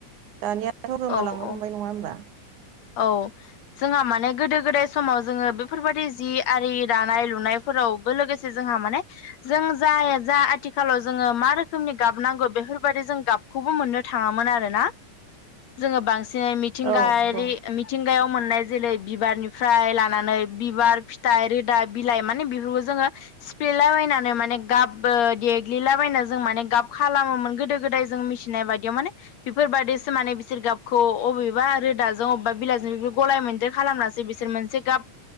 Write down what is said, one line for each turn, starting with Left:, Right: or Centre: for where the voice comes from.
Right: दानियाथ' गोमालांनो
Left: औ औ।
Right: हमबाय नङा होमबा?
Left: औ जोंहा माने गोदो गोदाय समाव जोङो बेफोरबायदि जि आरि दानाय लुनाय फोरावबो लोगोसे जोंहा माने जों जाय जा आथिखालाव जोङो मा रोखोमनि गाबनांगौ बेफोरबायदि जों गाब खौबो मोननो थाङामोन आरोना जोङो बांसिनै मिथिंगायारि
Right: औ नंगौ
Left: मिथिंगायाव मोननाय जेरै बिबारनिफ्राय लानानै बिबार फिथाइ रोदा बिलाइ माने बेफोरखौ जोङो सिफ्लेलाबायनानै माने गाब ओ देग्लिलाबायना जों माने गाब खालामोमोन गोदो गोदाय जों मिसि नाय बायदियाव माने बेफोरबायदिसो माने बिसोर गाबखौ अबेबा रोदा जों अबेबा बिलाइजों बे गलाय मोनदेर खालामनासो बिसोर मोनसे गाब